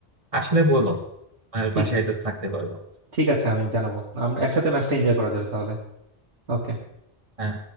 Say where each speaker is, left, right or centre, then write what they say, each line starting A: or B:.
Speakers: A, on the right (about 30°); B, on the right (about 70°).
A: আসলে বলো আর
B: ঠিক
A: বাসায় তো থাকতে পারবো
B: ঠিক আছে আমি জানাবো আমরা একসাথে ম্যাচটা এনজয় করা যাবে তাহলে ওকে
A: হ্যাঁ